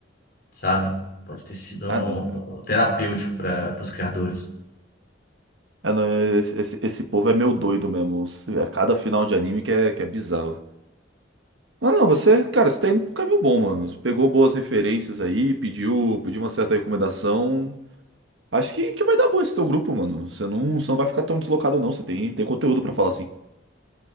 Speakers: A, on the left; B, on the right.
A: sabe? Pode ter sido
B: Ah,
A: um-
B: não.
A: um terapêutico para os criadores.
B: Ah, não, esse, esse, esse povo é meio doido mesmo. Os- É cada final de anime que é, que é bizarro. Mas não, você, cara, você tá indo pro caminho bom, mano. Pegou boas referências aí, pediu, pediu uma certa recomendação. Acho que, que vai dar bom esse teu grupo, mano. Você não, você não vai ficar tão deslocado, não. Você tem, tem conteúdo pra falar assim.